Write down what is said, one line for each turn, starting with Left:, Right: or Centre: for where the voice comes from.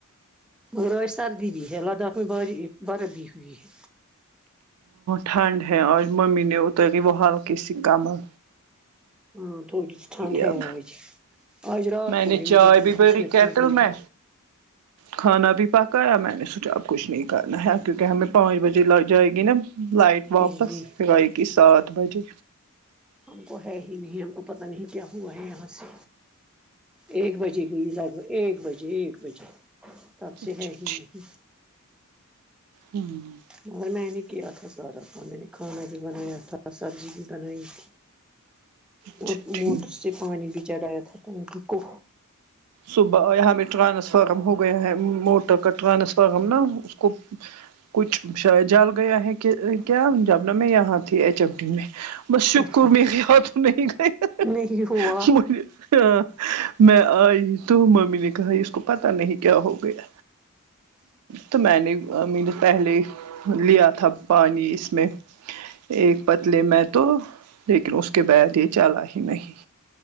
Centre: مغ راش سردی ب ہے ہے لداخ میں ب بر ب ہووی ہے
Right: ٹھنڈ ہ آج ممی ن اوتۂ گ وہ ہلکے س کمل
Centre: ہاں تھوڑی جی ٹھنڈ ہے
Right: اب
Centre: وہ آج رات
Right: میں
Centre: کو
Right: نے
Centre: بھی
Right: چائے
Centre: مجھے بیس بیس
Right: بری
Centre: منٹ
Right: کیٹل
Centre: ٹھنڈ لگ گی
Right: میں کھانا بھی پکایا میں نے س کچھ نہیں کرنا ہے کیونکہ ہمیں پانچ بجے جائے گی نا لائٹ
Centre: بجلی
Right: واپس پ آائےی کہ سات بجے
Centre: ہم کو ہے ہی نہیں ہم کو پتہ نہیں کیا ہوا ہے یہاں سے ایک بجے گ لگ بھگ ایک بجے ایک بجے تب سے
Right: اچھا
Centre: ہے ہی نہیں
Right: ہوں
Centre: مگر میں نے کیا تھا سارا کا میں نے کھانا بھی بنایا تھا سبزی بھی بنائی تھی
Right: اچھا
Centre: اور
Right: ٹھیک
Centre: موٹ سے <inaudible> اس پانی بھی چڑایا تھا ٹنکی کو
Right: صبح یہاں پ ٹرانسفارم ہو گیا ہے موٹر کا ٹرانسفارم نا اس کو کچھ جال گیا ہے کہ کیا جابنا میں یہاں تھی ایچ ایم ڈٹی میں بس شکر
Centre: اچھا
Right: میرے ہاتھوں نہیں گئے
Centre: نہیں ہوا
Right: م <inaudible> میں آئی تو ممی نے کہا اس کو پتا نہیں کیا ہو گیا
Centre: ج <inaudible>
Right: تو میں نے م نے پہلے لیا تھا پانی ا میں <unintelligible> ایک پتلے میں تو لیکن اس کے بعد یہ چال ہی نہیں